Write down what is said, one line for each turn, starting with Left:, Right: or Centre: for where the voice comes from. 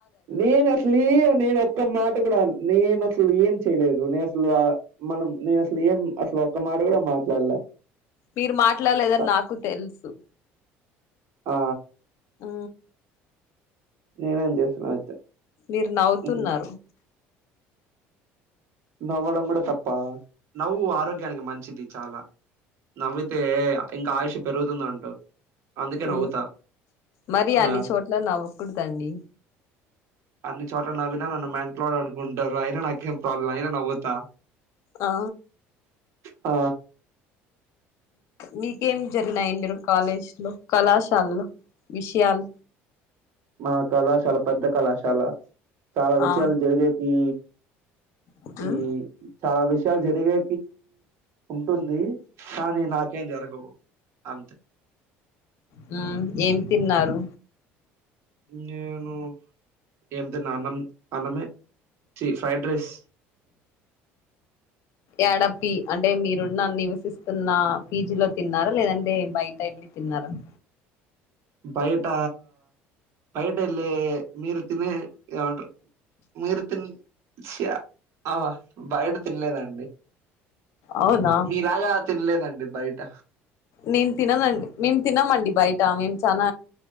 Right: నేనే క్లియర్ నేను ఒక్క మాట కూడా నేను అసలు ఏం చేయలేదు నేను అసలు మనం నేను అసలు ఏం అసలు ఒక్క మాట కూడా మాట్లాడలే
Left: మీరు మాట్లాడలేదని
Right: అ
Left: నాకు తెలుసు
Right: ఆ
Left: ఆ
Right: నేనేం చేసినా అయితే
Left: మీరు నవ్వుతున్నారు
Right: హ్మ్. నవ్వడం కూడా తప్ప నవ్వు ఆరోగ్యానికి మంచిది చాలా నవ్వితే ఇంకా ఆయుష్ పెరుగుతుంద అంటారు అందుకే నవ్వుతా
Left: ఉ మరి
Right: ఆ
Left: అన్ని చోట్ల నవ్వకూడదండి
Right: అన్ని చోట్ల నవ్వన నన్ను మెంట్లాడ్ అనుకుంటారు అయినా నాకేం ప్రాబ్లం అయినా నవ్వుతా
Left: ఆ
Right: ఆ
Left: మీకేం జరిగినాయి మీరు కాలేజ్ లో కళాశాలలో విషయలు
Right: మా కళాశాల పెద్ద కళాశాల చాలా విషయాలు
Left: ఆ
Right: జరిగేది
Left: ఉమ్
Right: ఈ చాలా విషయాలు జరిగే ఉంటుంది కానీ నాకేం జరగవు అంతే
Left: ఊ తిన్నారు
Right: నేను ఏం తిన్న అన్నం అన్నమే చి ఫైడ్ రైస్
Left: ఏడ పి అంటే మీరున్న నివసిస్తున్న పీజీలో తిన్నారా లేదంటే బయట వెళ్ళి తిన్నార అలా
Right: బయట బయట ఎల్ మీరు తినే ఏవంటర్ మీరు తన్ చ ఆ బయడ తిన్నలేదం
Left: అవునా
Right: మీలాగా తినలేదండి బయట
Left: నన్ తిననండి మీన్ తినమండి బయట్ టా మేము చాన